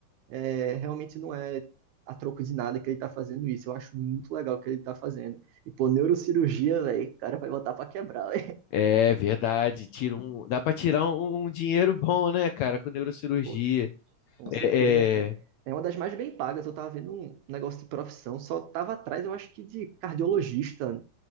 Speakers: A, on the right (about 75°); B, on the left (about 80°).
A: É, realmente não é a troco de nada que ele tá fazendo isso. Eu acho muito legal o que ele tá fazendo. E, pô, neurocirurgia, velho, o cara vai botar pra quebrar,
B: É verdade. Tira um... Dá pra tirar um, um dinheiro bom, né, cara, com neurocirurgia.
A: Poxa, com certeza.
B: É,
A: É,
B: é,
A: é uma das mais bem pagas. Eu tava vendo um negócio de profissão, só tava atrás, eu acho que de cardiologista,